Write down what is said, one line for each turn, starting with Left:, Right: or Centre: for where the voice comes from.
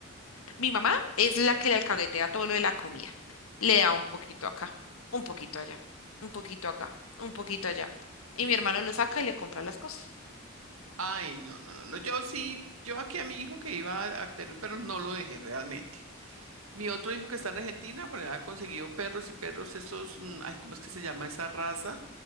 Left: Mi mamá es la que le alcahuetea todo lo de la comida. Le da un poquito acá, un poquito allá, un poquito acá, un poquito allá. Y mi hermano lo saca y le compra las cosas.
Right: Ay, no, no, no, no, yo sí, yo aquí a mi hijo que iba a a tener un perro no lo dejé realmente. Mi otro hijo que está en Argentina, pues ha conseguido perros y perros esos, mm, ay, ¿cómo es que se llama esa raza?